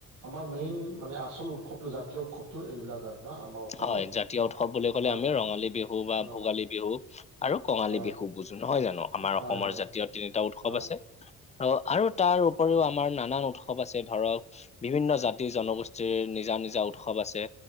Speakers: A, on the right; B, on the left.
A: আমাৰ মেইন মানে আচল উৎসৱটো জাতীয় উৎসৱটো এইবিলাক আৰু। ন আমাৰ অসমৰ
B: হয়। জাতীয় উৎসৱ বুলি ক'লে
A: হয়
B: আমি ৰঙালী বিহু বা
A: আৰু
B: ভোগালী বিহু আৰু কঙালী
A: হয়
B: বিহু। বুজো নহয় জানো, আমাৰ
A: হয়
B: অসমৰ জাতীয় তিনিটা উৎসৱ
A: হয়
B: আছে। অ', আৰু তাৰ উপৰিও আমাৰ নানান উৎসৱ আছে, ধৰক বিভিন্ন জাত তি জনগোষ্ঠীৰ নিজা নিজা উৎসৱ আছে।